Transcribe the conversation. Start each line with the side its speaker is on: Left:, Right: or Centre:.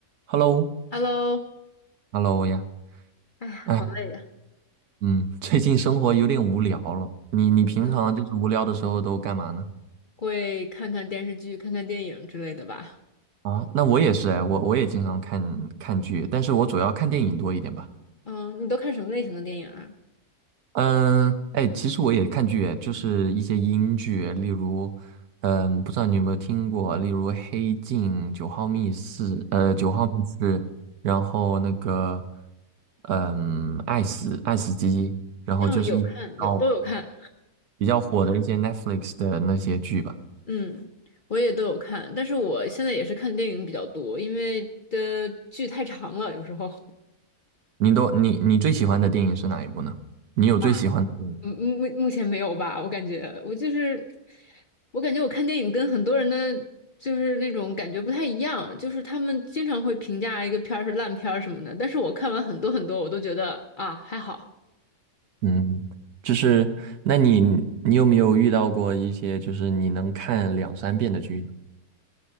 Right: Hello，
Left: Hello，
Right: Hello 呀，
Left: 哎呀，
Right: 哎，
Left: 好累呀！
Right: 嗯，<laughs> 最近生活有点无聊了。你你平常就是无聊的时候都干嘛呢？
Left: 是会看看电视剧、看看电影之类的吧？
Right: 啊，那我也是哎，我我也经常看看剧，但是我主要看电影多一点吧。
Left: 嗯，你都看什么类型的电影啊？
Right: 嗯，哎，其实我也看剧哎，就是一些英剧，例如，嗯，不知道你有没有听过，例如《黑镜》《九号密室》呃，《九号密室》，然后那个，嗯，《爱死爱死机》，然后就是一哦。
Left: 嗯，有看，有都有看。
Right: 比较火的一些 Netflix 的那些剧吧。
Left: 嗯，我也都有看，但是我现在也是看电影比较多，因为的剧太长了，有时候。
Right: 你都你你最喜欢的电影是哪一部呢？你有最喜欢的电影
Left: 哇 <laughs> 嗯，目目前没有吧？我感觉我就是，我感觉我看电影跟很多人的就是那种感觉不太一样，就是他们经常会评价一个片儿是烂片儿什么的，但是我看完很多很多，我都觉得啊还好。
Right: 嗯，就是那你你有没有遇到过一些就是你能看两三遍的剧呢？